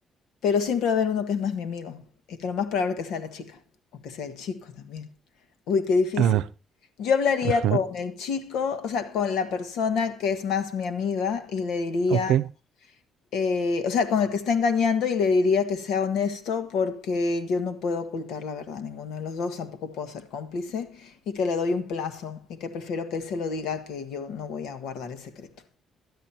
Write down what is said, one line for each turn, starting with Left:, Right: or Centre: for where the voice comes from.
Left: pero siempre va a haber uno que es más mi amigo. Y que lo más probable es que sea la chica o que sea el chico también. Uy, qué difícil.
Right: Ah,
Left: Yo hablaría
Right: ajá,
Left: con el chico, o sea, con la persona que es más mi amiga y le diría,
Right: ok.
Left: eh, o sea, con el que está engañando y le diría que sea honesto porque yo no puedo ocultar la verdad a ninguno de los dos, tampoco puedo ser cómplice y que le doy un plazo y que prefiero que él se lo diga que yo no voy a guardar el secreto.